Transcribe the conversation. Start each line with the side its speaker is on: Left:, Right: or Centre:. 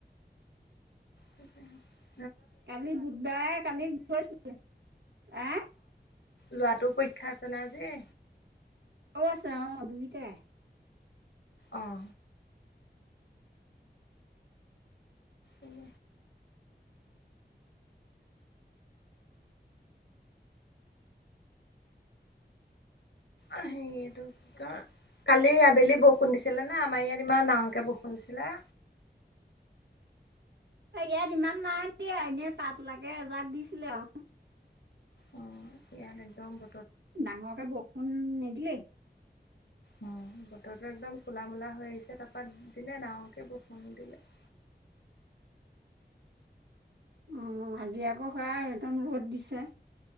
Left: তাকেহে।
Right: কালি বুধবাৰে কালি গৈছিলে এ।
Left: লৰাটোৰে পৰীক্ষা আছে নাই আজি?
Right: অ আছে দুইতাই।
Left: অহ। উম হেৰিটো কি কিয়? কালি আবেলি বৰষুণ দিছিলে না আমাৰ ইয়াত ইমান ডাঙৰকে বৰষুণ দিছিলে।
Right: ইয়াত ইমান নাই দিয়া এনেই পাত লাকে এজাক দিছিলে আৰু
Left: উম ইয়াত একদম ব
Right: ডাঙৰকে বৰষুণ নিদিলে।
Left: উম বতৰো একদম কলা মলা হৈ আহিছে তাৰপাত দিলে ডাঙৰকে বৰষুণ দিলে <inaudible>
Right: অ আজি আকৌ সেয়া একদম ৰ'দ দিছে।